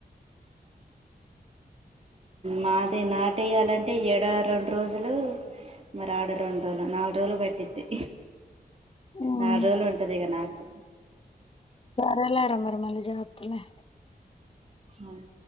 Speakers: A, on the right (about 40°); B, on the left (about 35°).
A: మాది నాటేయాలంటే ఏడా రెండు రోజులు మరి ఆడ రెండు రోజులు నాలుగు రోజులు పట్టిద్ది
B: హ్మ్.
A: నాలుగు రోజులు ఉంటది ఇగ నాకు
B: సరేలేర మరీ మళ్ళీ జేత్తలే
A: ఉమ్